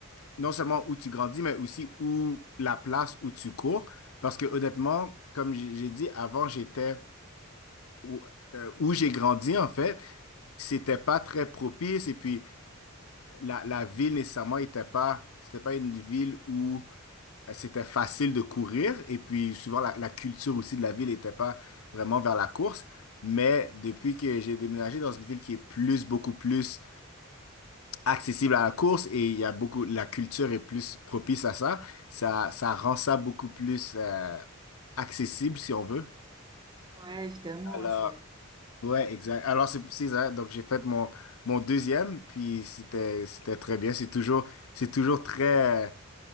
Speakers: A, on the left (about 80°); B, on the right (about 20°).
A: non seulement où tu grandis, mais aussi où la place où tu cours. Parce que honnêtement, comme j'ai j'ai dit avant, j'étais où, euh, où j'ai grandi en fait, c'était pas très propice et puis la, la ville nécessairement était pas, c'était pas une ville où euh, c'était facile de courir et puis souvent la, la culture aussi de la ville n'était pas vraiment vers la course. Mais depuis que j'ai déménagé dans une ville qui est plus, beaucoup plus accessible à la course et il y a beaucoup, la culture est plus propice à ça. Ça, ça rend ça beaucoup plus euh, accessible si on veut.
B: Ouais, évidemment,
A: Alors,
B: hein, c'est...
A: ouais, exact. Alors, c'est c'est ça. Donc, j'ai fait mon, mon deuxième, puis c'était, c'était très bien. C'est toujours, c'est toujours très, euh,